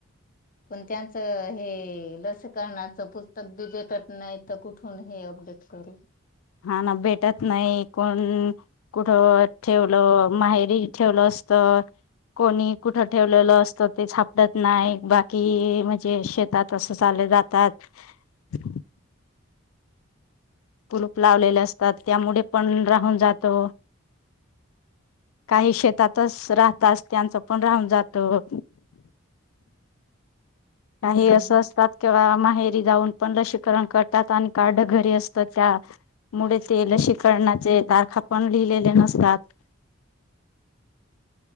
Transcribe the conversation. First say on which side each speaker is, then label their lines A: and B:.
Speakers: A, on the left; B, on the left.
A: पण त्यांचं हे लसीकरणाचं पुस्तक बी भेटत नाही तर कुठून हे अपडेट करू
B: हा ना भेटत नाही कोण कुठ ठेवलं माहेरी ठेवलं असत कोणी कुठ ठेवलेलं असतं ते झापडत नाही बाकी म्हणजे शेतात असं चाले जातात कुलूप लावलेले असतात त्यामुळे पण राहून जातो काही शेतातच राहत अस त्यांचं पण राहून जातो काही
A: हम्म
B: असं असतात किंवा माहेरी जाऊन पण लसीकरण करतात आणि कारड घरी असत त्यामुळे ते लसीकरणाचे तारखा पण लिहिलेले नसतात